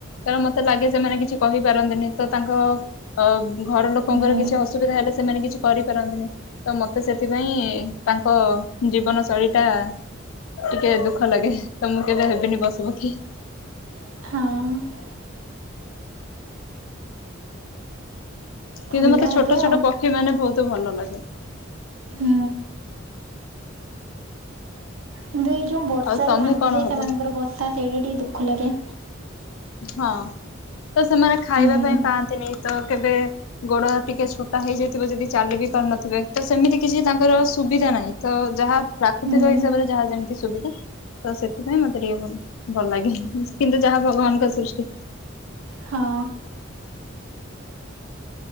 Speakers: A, on the left; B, on the right.
A: କାରଣ ମତେ ଲାଗେ ସେମାନେ କିଛି କହିପାରନ୍ତିନି ତ ତାଙ୍କ ଅ ଘର ଲୋକଙ୍କର
B: ହୁଁ
A: କିଛି ଅସୁବିଧା ହେଲେ ସେମାନେ କିଛି କରିପାରନ୍ତିନି ତ ମତେ ସେଥିପାଇଁ ତାଙ୍କ ଜୀବନ ଶୈଳୀ ଟା ଟିକେ ଦୁଃଖ ଲାଗେ ତ ମୁଁ କେବେ ହେବିନି ପଶୁ ପକ୍ଷୀ।
B: ହଁ। ଫୁଲ
A: କିନ୍ତୁ ମତେ ଛୋଟ
B: ହେବେ
A: ଛୋଟ
B: ଆଉ
A: ପକ୍ଷୀ ମାନେ ବହୁତ ଭଲ ଲାଗେ।
B: ହୁଁ। କିନ୍ତୁ ଏଇ ଯେଉଁ ବର୍ଷାରେ
A: ଆଉ ତମେ
B: ଭାଙ୍ଗିଯାଏ
A: କଣ ହବ
B: ସେମାନଙ୍କର ବସା ସେଇଟା ଟିକେ ଦୁଃଖ ଲାଗେ।
A: ହଁ ତ ସେମାନେ ଖାଇବା
B: ହୁଁ
A: ପାଇଁ ପାଆନ୍ତିନି ତ କେବେ ଗୋଡ ଟିକେ ଛୋଟା ହେଇଯାଇଥିବ ଯଦି ଚାଲି ବି ପାରୁନଥିବେ ତ ସେମିତି କିଛି ତାଙ୍କର ସୁବିଧା ନାହିଁ ତ ଯାହା ପ୍ରାକୃତିକ
B: ହୁଁ
A: ହିସାବରେ ଯାହା ଯେମିତି ସୁବିଧା। ତ ସେଥିପାଇଁ ମତେ ଟିକେ ଭଲ ଲାଗେ କିନ୍ତୁ ଯାହା ଭଗବାନଙ୍କ ସୃଷ୍ଟି।
B: ହଁ।